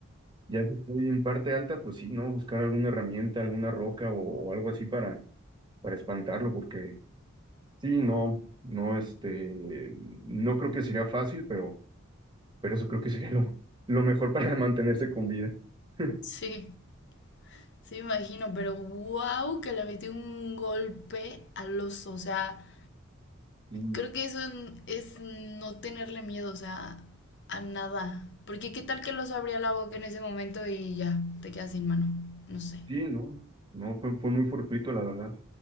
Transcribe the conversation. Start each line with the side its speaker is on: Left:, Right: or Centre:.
Right: Ya si estoy en parte alta, pues sí, ¿no? Buscar alguna herramienta, alguna roca o o algo así para para espantarlo, porque sí, no, no, este, no creo que sería fácil, pero pero eso creo que sería lo, lo mejor para mantenerse con vida. <laughs>
Left: Sí, sí me imagino, pero wow que le metió un golpe al oso, o sea,
Right: Sí,
Left: creo que eso es, es no tenerle miedo, o sea, a nada, porque qué tal que el oso abría la boca en ese momento y ya, te quedas sin mano, no sé.
Right: sí, no, no, fue, fue muy fortuito, la verdad.